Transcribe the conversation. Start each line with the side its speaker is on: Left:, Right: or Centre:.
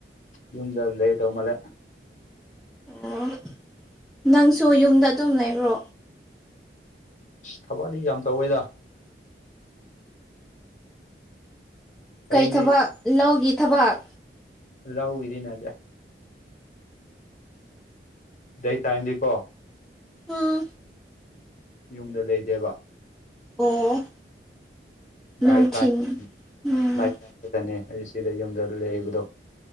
Left: ꯌꯨꯝꯗ ꯂꯩꯗꯧ ꯃꯥꯜꯂꯦ꯫
Centre: ꯑꯣ ꯅꯪꯁꯨ ꯌꯨꯝꯗ ꯑꯗꯨꯝ ꯂꯩꯕ꯭ꯔꯣ꯫
Left: ꯊꯕꯛꯇꯤ ꯌꯥꯝ ꯇꯧꯋꯤꯗ꯫ ꯍꯌꯦꯡꯗꯤ
Centre: ꯀꯩ ꯊꯕꯛ ꯂꯧꯒꯤ ꯊꯕꯛ
Left: ꯂꯧꯒꯤꯗꯤ ꯅꯠꯇꯦ ꯗꯦ ꯇꯥꯏꯝꯗꯤꯀꯣ
Centre: ꯎꯝ
Left: ꯌꯨꯝꯗ ꯂꯩꯇꯦꯕ
Centre: ꯑꯣ ꯅꯨꯡꯊꯤꯟ
Left: ꯅꯥꯏꯠ ꯇꯥꯏꯝ
Centre: ꯎꯝ
Left: ꯅꯥꯏꯠ ꯇꯥꯏꯝ ꯈꯛꯇꯅꯦ ꯑꯩ ꯁꯤꯗ ꯌꯨꯝꯗ ꯂꯩꯕꯗꯣ꯫